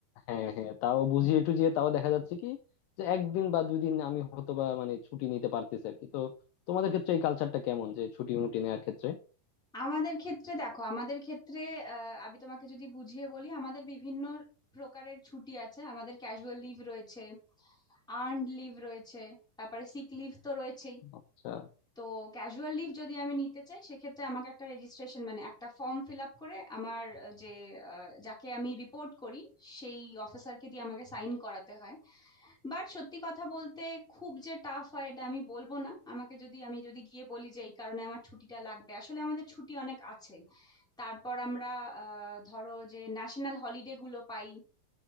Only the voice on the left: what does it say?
হ্যাঁ হ্যাঁ তাও বুঝিয়ে টুঝিয়ে তাও দেখা যাচ্ছে কি যে একদিন বা দুই দিন আমি হয়তো বা মানে ছুটি নিতে পারতেছি আর কি তো তোমাদের ক্ষেত্রে এই কালচারটা কেমন যে ছুটি মুটি নেওয়ার ক্ষেত্রে
আচ্ছা